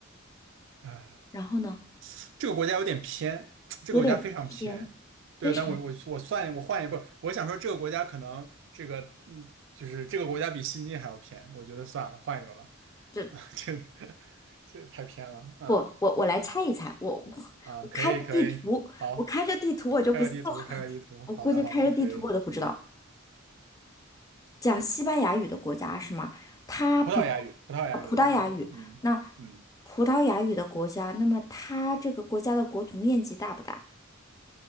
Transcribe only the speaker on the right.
啊，
这个国家有点偏，<tsk> 这个国家非常偏，
对，
但我我我算我换一步，我想说这个国家可能这个嗯，就是这个国家比西京还要偏，我觉得算了，换一个吧，
啊，<laughs> 这这太偏了，嗯
啊，可以可以，好，
开个地图，开个地图，
好的好的，可以，嗯。
葡萄牙语，葡萄牙语的国家，
嗯嗯，